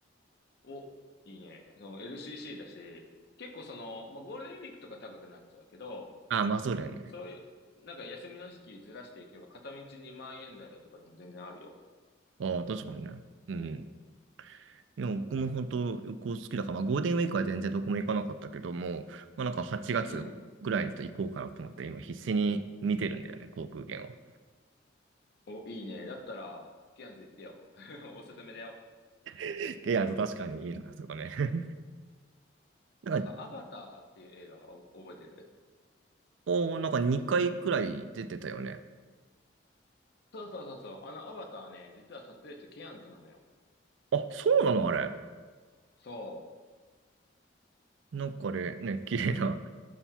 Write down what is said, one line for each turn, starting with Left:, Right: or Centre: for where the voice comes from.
Left: お、いいね。その LCC だし、結構その、まあ、ゴールデンウィークとか高くなっちゃうけど、
Right: あ、まあそうだよね。
Left: そういう、なんか休みの時期ずらしていけば、片道2万円台とかでも全然あるよ。
Right: ああ、確かにね。うん。いや、僕も本当旅行好きだから、まあ、ゴールデンウィークは全然どこも行かなかったけども、まあ、なんか8月ぐらいにちょっと行こうかなと思って、
Left: うん。
Right: 今必死に見てるんだよね、航空券を。
Left: お、いいね。だったら、ケアンズ行ってよ。<laughs> おすすめだよ。
Right: <laughs> いや、確かにいいな、そこね。<laughs> なんか、
Left: あのさ、アバターっていう映画を覚えてる
Right: おー、なんか2回くらい出てたよね。
Left: そうそうそうそう。あのアバターね、実は撮影地ケアンズなのよ。
Right: あ、そうなのあれ。
Left: そう。
Right: なんかあれ、ね、綺麗な。